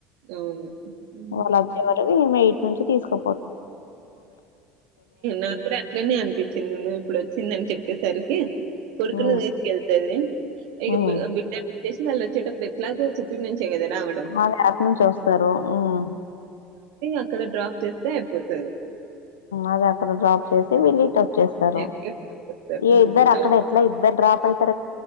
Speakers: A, on the right; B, on the left.
A: అవును హ్మ్
B: వాళ్ళ వచ్చే వరకు <unintelligible> ఈటి నుంచి తీసుకో
A: నాకు కూడ అట్లనే అనిపించింది నువ్వు ఇప్పుడు చెప్పేసరికి కొడుకుని
B: హ్మ్
A: తీసుకెళ్తుంది ఇక
B: హ్మ్.
A: బిడ్డ వచ్చసి వాళ్ళు వచ్చేటప్పుడు <unintelligible> చుట్టి నుంచి గ రావడం
B: వాళ్ళు అటునుంచి వస్తారు. హ్మ్.
A: అక్కడ డ్రాప్ చేస్తే అయిపోతది
B: అది అక్కడ డ్రాప్ చేసి వెళ్ళిట వచ్చేస్తారు
A: ఎస్ ఎస్ చెప్తారు.
B: ఏ
A: హ్మ్.
B: ఇద్దర
A: సో
B: అక్కడ ఎట్ల ఇద్ <unintelligible> <inaudible>